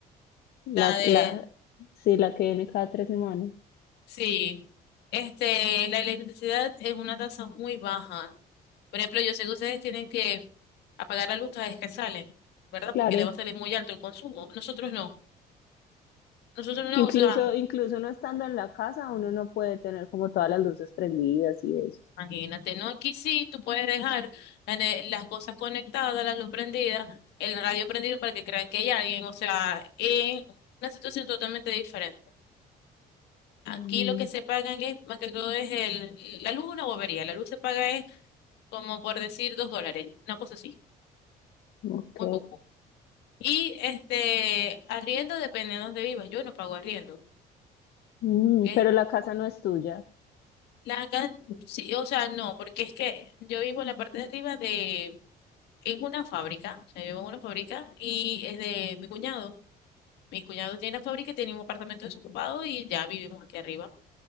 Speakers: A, on the left (about 65°); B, on the left (about 85°).
A: la,
B: la de,
A: la, sí, la que viene cada tres semanas.
B: Sí, este, la electricidad es una tasa muy baja. Por ejemplo, yo sé que ustedes tienen que apagar la luz cada vez que salen, ¿verdad?
A: Claro.
B: Porque le va a salir muy alto el consumo. Nosotros no, nosotros no,
A: Incluso,
B: o sea,
A: incluso no estando en la casa, uno no puede tener como todas las luces prendidas y eso.
B: imagínate, ¿no? Aquí sí, tú puedes dejar en el- las cosas conectadas, la luz prendida, el radio prendido para que crean que hay alguien, o sea, es una situación totalmente diferente. Aquí
A: Mm,
B: lo que se pagan es, más que todo, es el, la luz es una bobería, la luz se paga es como por decir dos dólares, una cosa así.
A: ok.
B: muy poco. Y este, arriendo dependiendo de dónde vivas, yo no pago arriendo,
A: Mm,
B: ¿ok?
A: pero la casa no es tuya.
B: La, acá, sí, o sea, no, porque es que yo vivo en la parte de arriba de, en una fábrica, o sea, vivo en una fábrica y es de mi cuñado. Mi cuñado tiene la fábrica y tiene un apartamento desocupado y ya vivimos aquí arriba